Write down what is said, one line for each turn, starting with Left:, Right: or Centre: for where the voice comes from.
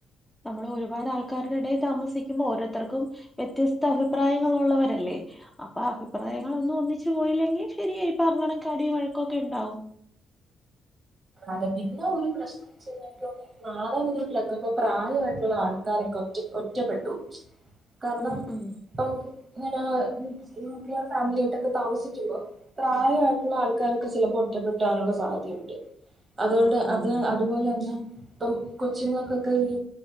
Centre: നമ്മള് ഒരുപാട് ആൾക്കാരുടെ താമസിക്കുമ്പോ ഓരോത്തർക്കും വ്യത്യസ്ത അഭിപ്രായ ങ്ങൾ ഉള്ളവരല്ലേ അപ്പ അഭിപ്രായങ്ങളൊന്നും ഒന്നിച്ച് പോയില്ലെങ്കി ശരിയായിരി പറഞ്ഞകണക്ക് അടിയും വഴക്കും ഒക്കെ ഉണ്ടാവും
Right: അതെ പിന്നൊരു പ്രശ്നൊന്നു വെച്ച എനിക്ക് തോന്നി <unintelligible> <unintelligible> പ്രായമായിട്ടുള്ള ആൾക്കാരൊക്കെ ഒറ്റ ഒറ്റ ഒറ്റപ്പെട്ടു കാരണം
Centre: ഉം ഉം
Right: ഇപ്പം ഇങ്ങനെ ന്യൂക്ലിയർ ഫാമിലിയായിട്ടൊക്കെ താമസി <unintelligible> പ്രായമായിട്ടുള്ള ആൾക്കാരൊക്കെ ചെലപ്പോ ഒറ്റപ്പെട്ട് പോവാനുള്ള സാധ്യതയുണ്ട് അതുകൊണ്ട്
Centre: ഉം ഉം
Right: അത് അതുപോലെ തന്നെ ഇപ്പം കൊച്ചുങ്ങൾക്കൊക്കെ ഈ